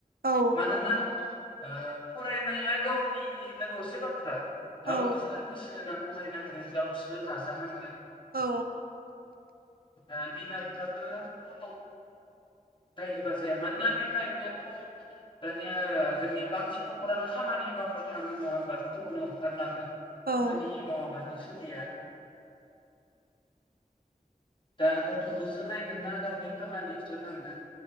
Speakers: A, on the right; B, on the left.
A: औ
B: मानोना ओ फरायनाया गावनि लोगोआवसो बाथ्रा
A: औ
B: गावसोर गोसो होना फरायनांगोन गावसो नाजानांगोन।
A: औ।
B: ओ बिमा बि बिफाखौ उनाव दाय होबा जाया मानोना बिमा बिफायाथ दानिया जोंनिया बांसिन नखरानो खामानि मावनो थाङो नङा होमबा फुंआवनो ओंखारलाङो
A: औ
B: खामानि मावाबानो सोलिया। दा गथखौसो नायगोन ना गावनि खामानियावसो थांगोन।